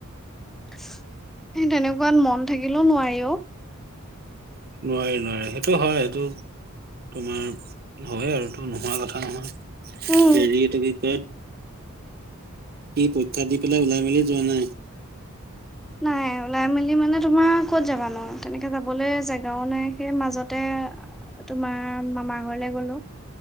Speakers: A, in the centre; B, on the right.
A: সে তেনেকুৱাত মন থাকিলেও নোৱাৰি অঁ।
B: নোৱাৰি নোৱাৰি সেইটো হয়, সেইটো তোমাৰ হয় আৰু টো নোহোৱা কথা নহয়।
A: উম।
B: হেৰি এইটো কি বাকী পৰীক্ষা দি পেলাই ওলাই মেলি যোৱা নাই?
A: নাই উলা চাই মেলি মানে তোমাৰ ক'ত যাবা নো, তেনেকে যাবলে জেগাও নাই, সেই মাজতে তোমাৰ মামা ঘৰলে গলো।